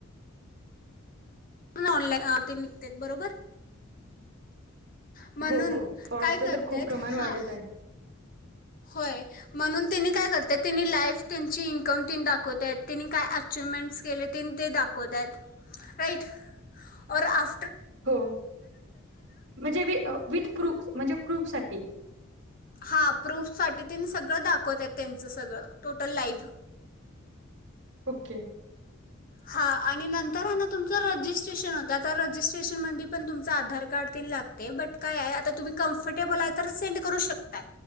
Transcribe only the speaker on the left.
ऑनलाइन आवती निघत बरोबर म्हणून
काय करतायत
हां
होय म्हणून तनी काय करतय तिनी लाईफ त्यांची इन्कम त दाखवत तिनी काय अचवमेंट केले त ते दाखवत आहेत राईट और आप
हा प्रूफ साठी त्यां सगळं दाखवत आहेत त्यांचं सगळं टोटल लाईव्ह
हा आणि नंतर आहे ना तुमच रजिस्ट्रेशन होत आ रजिस्ट्रेशन पण तुमच आधार कार्ड लागते बट काय आता तुम्ही कमफर्टेबल आहे तर सेंड करू शकता.